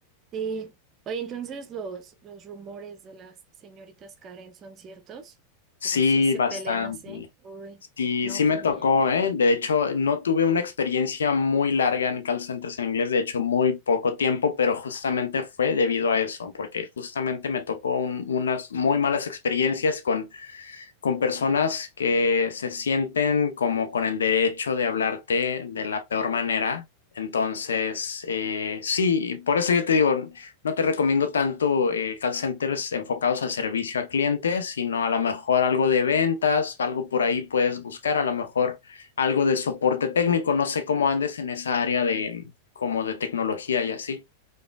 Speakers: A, on the right; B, on the left.
A: Sí. Oye, entonces los, los rumores de las señoritas Karen son ciertos,
B: Sí,
A: como si se
B: bastante.
A: pelean así. Uy,
B: Sí,
A: no,
B: sí
A: qué
B: me tocó,
A: miedo.
B: ¿eh? De hecho, no tuve una experiencia muy larga en call centers en inglés, de hecho, muy poco tiempo, pero justamente fue debido a eso, porque justamente me tocó un- unas muy malas experiencias con con personas que se sienten como con el derecho de hablarte de la peor manera. Entonces, eh, sí, por eso yo te digo, no te recomiendo tanto eh, call centers enfocados al servicio a clientes, sino a lo mejor algo de ventas, algo por ahí puedes buscar, a lo mejor algo de soporte técnico, no sé cómo andes en esa área de como de tecnología y así.